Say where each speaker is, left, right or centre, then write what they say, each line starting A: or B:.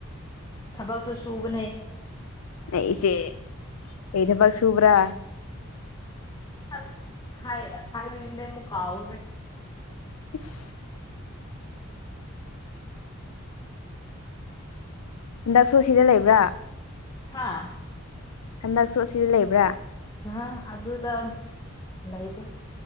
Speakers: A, on the left; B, on the left.
A: ꯊꯕꯛꯁꯨ ꯁꯨꯕꯅꯦ
B: ꯑꯩ ꯏꯆꯦ ꯀꯩ ꯊꯕꯛ ꯁꯨꯕ꯭ꯔꯥ
A: ꯑꯁ ꯍꯥꯏ ꯍꯥꯏꯗꯦ ꯑꯃꯨꯛ ꯀꯥꯎꯈ꯭ꯔꯦ
B: ꯑ <inaudible> ꯍꯟꯗꯛꯁꯨ ꯁꯤꯗ ꯂꯩꯕ꯭ꯔꯥ
A: ꯍꯥꯥ
B: ꯍꯟꯗꯛꯁꯨ ꯑꯁꯤꯗ ꯂꯩꯕ꯭ꯔꯥ
A: ꯑ ꯑꯗꯨꯗ ꯂꯩꯇꯦ